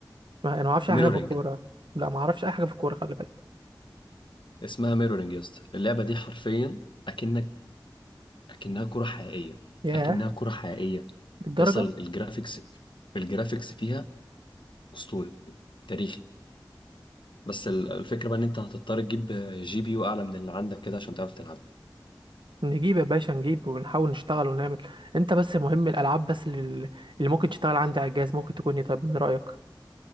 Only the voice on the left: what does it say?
ميرورينج
اسمها ميرورينج يا اسطى اللعبه دي حرفيا اكنك اكنها كره حقيقيه
اكنها كره حقيقيه
يصل الجرافيكس الجرافيكس فيها اسطوري تاريخي بس ال- الفكره بقى ان انت هتضطر تجيب جي بي يو اعلى من اللي عندك كده عشان تعرف تلعبها